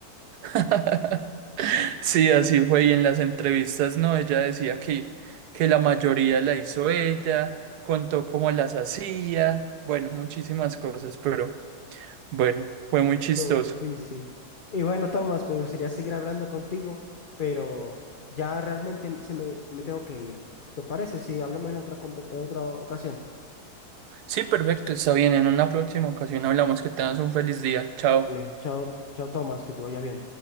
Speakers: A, on the right; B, on the left.
A: <laughs> Sí, así fue. Y en las entrevistas, no, ella decía que, que la mayoría la hizo ella, contó cómo las hacía, bueno, muchísimas cosas, pero bueno, fue muy chistoso.
B: Tú- sí, sí. Y bueno, Tomás, me gustaría seguir hablando contigo, pero ya realmente se me, me tengo que ir. ¿Te parece si hablamos en otra, conver- en otra ocasión?
A: Sí, perfecto, está bien. En una próxima ocasión hablamos. Que tengas un feliz día. Chao.
B: Dale, chao, chao, Tomás, que te vaya bien.